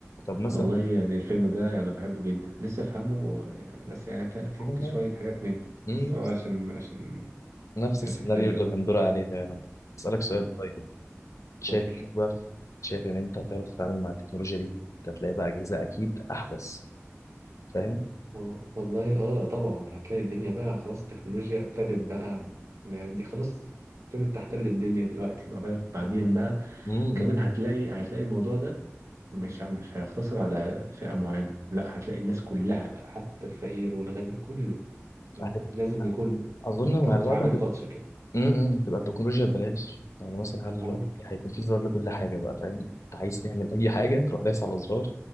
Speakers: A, on the left (about 85°); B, on the right (about 80°).
A: طب مثلا
B: والله يعني الفيلم ده أنا بحبه جدا لسه أفهمه آه، بس يعني ف- فهمت
A: هو أنا-
B: شوية حاجات منه
A: مم،
B: بس هو
A: نفس
B: عشان عشان
A: نفس
B: تحس
A: السيناريو
B: كده اللي
A: اللي بندور عليه فعلا أسألك سؤال
B: اه
A: طيب شايف
B: قول
A: إنك بقى في- شايف إن أنت هتعرف تتعامل مع التكنولوجيا دي أنت هتلاقي بقى أجهزة أكيد أحدث فاهم؟
B: وال- والله اه طبعا هتلاقي الدنيا بقى خلاص التكنولوجيا ابتدت بقى دي خلاص ابتدت تحتل الدنيا دلوقتي ما بالك بعدين بقى
A: امم
B: كمان هتلاقي هتلاقي الموضوع ده مش ه- مش هيقتصر على فئة معينة لا هتلاقي الناس كلها بقى حتى الفقير والغني كله م-
A: هتبقى
B: لازم يكون
A: أظن
B: تاتش
A: مع الوقت
B: عامل
A: هتبقى
B: تاتش كده
A: امم إمم. هتبقى التكنولوجيا ببلاش يعني مثلا هل
B: اه
A: لو هيكون في زرار لكل حاجة بقى فاهم؟ أنت عايز تعمل أي حاجة تروح دايس على زرار